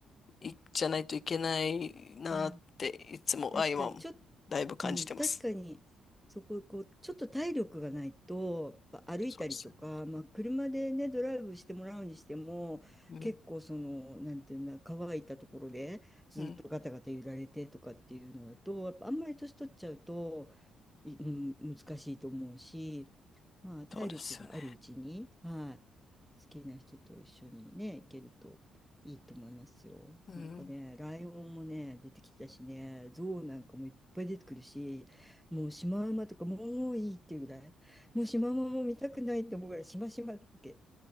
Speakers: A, on the left; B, in the centre.
A: いじゃないといけないなっていつも、
B: いや、確かに、
A: あ、今もだいぶ感じてます。
B: ちょっ、うん、確かに、そこ、こう、ちょっと体力がないと、やっぱ歩いたりとか、
A: そうです
B: まあ、車でね、ドライブしてもらうにしても、
A: よね。
B: 結構、その、なんていうんだ、乾いたところで、ずっとガタガタ揺られてとかっていうのだと、
A: うん。うん。
B: やっぱあんまり年取っちゃうと、いうん、難しいと思うし、まあ、体力があるうちに、
A: そうですよね。
B: はい、好きな人と一緒にね、行けるといいと思いますよ。
A: うん。
B: なんかね、ライオンもね、出てきたしね、ゾウなんかもいっぱい出てくるし、もうシマウマとかもういいっていうぐらい、もうシマウマも見たくないって思うぐらい、シマシマだっけ、